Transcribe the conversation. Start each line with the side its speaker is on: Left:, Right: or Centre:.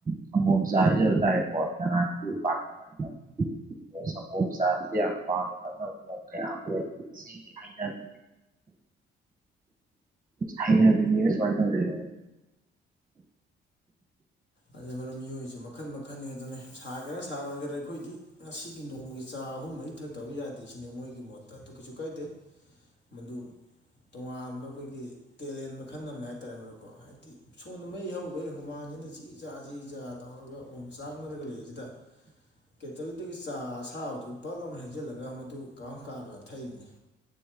Right: ꯁꯪꯒꯣꯝ ꯆꯥ ꯍꯥꯏꯖꯕ ꯇꯥꯔꯦ ꯀ‌ꯣ ꯅꯍꯥꯛꯀꯤ ꯄꯥꯝꯕꯗ ꯍꯥꯏ ꯇꯥꯔ‌ꯦ ꯁꯪꯒ‌ꯣꯝ ꯆꯥꯁꯤ ꯌꯥꯝ ꯄꯥꯝꯅ ꯊꯛꯅꯕ ꯃꯤꯑ‌ꯣꯏ ꯀꯌꯥ ꯑꯃ ꯂꯩ ꯁꯤꯒꯤ ꯍꯩꯅꯕꯤ ꯍꯩꯅꯕꯤꯅ‌ꯦꯅ ꯁꯨꯃꯥꯏ ꯊꯛꯑꯗꯤ ꯌꯥꯔꯔ‌ꯣꯏ
Left: ꯑꯗꯨꯅ‌ꯦ ꯃꯔꯝ ꯃꯤꯑꯣꯏꯕꯁꯨ ꯃꯈꯟ ꯃꯈꯜꯅꯤ ꯑꯗꯨꯅ‌ꯦ ꯁꯥꯒꯦꯔꯥ ꯁꯥꯔꯣꯏꯒꯦꯔꯥ ꯑꯩꯈꯣꯏꯗꯤ ꯉꯁꯤꯒꯤ ꯅꯣꯡꯃꯒꯤ ꯆꯥ ꯑꯍꯨꯝ ꯃꯔꯤ ꯊꯛꯇꯕ ꯌꯥꯗꯦ ꯁꯤꯅꯦ ꯃꯣꯏꯒꯤ ꯃꯣꯠꯇ ꯑꯗꯨ ꯀꯩꯁꯨ ꯀꯥꯏꯗꯦ ꯃꯗꯨ ꯇꯣꯉꯥꯟꯕ ꯑꯩꯈꯣꯏꯒꯤ ꯇꯦꯂꯦꯟ ꯃꯈꯜ ꯑꯃꯅꯦ ꯍꯥꯏꯇꯥꯥꯔꯦ ꯃꯔꯨꯞꯀꯣ ꯍꯥꯏꯗꯤ ꯁꯣꯝꯗ ꯃꯩ ꯍꯧꯈꯩ ꯍꯨꯃꯥꯡꯁꯤꯅ ꯆꯤ ꯆꯥ ꯆꯤꯆꯥ ꯇꯧꯅꯔꯒ ꯑꯣꯝ ꯆꯥꯛꯅꯔꯒ ꯂꯩꯔꯤꯁꯤꯗ ꯀꯦꯇꯜꯗꯒꯤ ꯆꯥ ꯑꯁꯥꯕꯗꯨ ꯕꯠ ꯂꯥꯎꯅ ꯍꯩꯖꯤꯜꯂꯒ ꯃꯗꯨ ꯀꯥꯝ ꯀꯥꯝꯗꯅ ꯊꯛꯏꯅ‌ꯦ